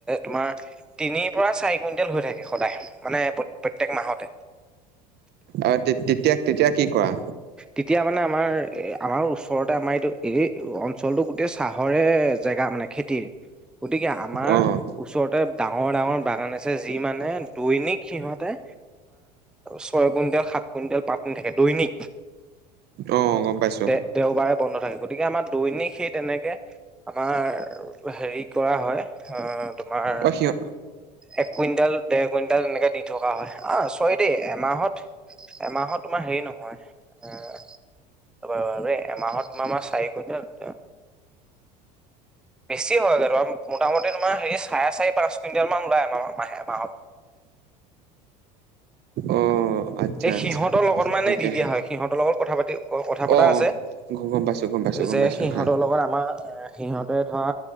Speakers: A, in the centre; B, on the right.
A: তোমাৰ তিনিৰ পৰা চাৰি কুইণ্টেল হৈ থাকে সদায় মানে প্ৰত্যয়েক মাহতে।
B: অ' তেতিয়া তেতিয়া কি কৰা?
A: তেতিয়া মানে আমাৰ আমাৰ ওচৰতে আমাৰ এইটো এই অঞ্চলটো গোটেই চাহৰে জেগা মানে খেতিৰ গতিকে আমাৰ
B: অ',
A: ওচৰতে ডাঙৰ ডাঙৰ বাগান আছে যি মানে দৈনিক সিহতে ছয় কুইণ্টেল সাত কুইণ্টেল পাতনি থাকে দৈনিক।
B: অ', গম পাইছে।
A: তে দেওবাৰে বন্ধ থাকে গতিকে আমাৰ দৈনিক সেই তেনেকে আমাৰ হেৰি কৰা হয় আহ তোমাৰ
B: অ', সিহ
A: এক কুইণ্টেল ডৰ কুইণ্টেল এনেকে দি থকা হয় আহ চৰি দেই এমাহত এমাহত তোমাৰ হেৰি নহয়। অ' বাৰু বাৰু এমাহত তোমাৰ মাৰ চাৰি কুইণ্টেল বেছি হয়গৈ মোটামুটি তোমাৰ হেৰি চাৰে চাৰি পাঁচ কুইণ্টেল মান ওলায় মাহে মাহত।
B: অ', আচ্ছা
A: এই
B: আচ্ছা
A: সিহঁতৰ লগত মানে
B: তাকেহে
A: দি দিয়া হয় সিহঁতৰ লগত কথা পাতি কথা পতা
B: অ',
A: আছে।
B: গম পাইছো গম পাইছো গম
A: যে
B: পাইছো
A: সিহঁতৰ
B: হয়
A: লগত আমাৰ আহ সিহঁতে ধৰা